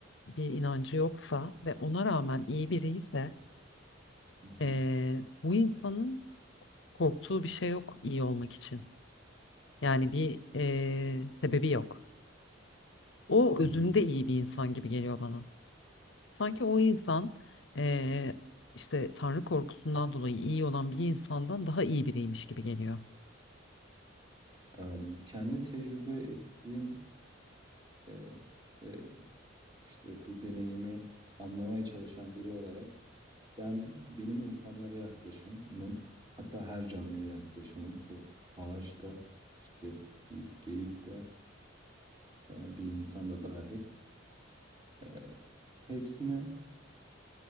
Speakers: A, on the left; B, on the right.
A: bir inancı yoksa ve ona rağmen iyi biri ise
B: Hı hı,
A: eee, bu insanın korktuğu bir şey yok iyi olmak için. Yani bir eee, sebebi yok. O özünde
B: hı hı.
A: iyi bir insan gibi geliyor bana. Sanki o insan eee, işte Tanrı korkusundan dolayı iyi olan bir insandan daha iyi biriymiş gibi geliyor.
B: Em, kendi tecrübe ettiğim e, ve işte bu deneyimi anlamaya çalışan biri olarak ben benim insanlara yaklaşımım hatta her canlıya yaklaşımım bu ağaçta işte bir geyik de e, bir insan da dahil Eee, hepsine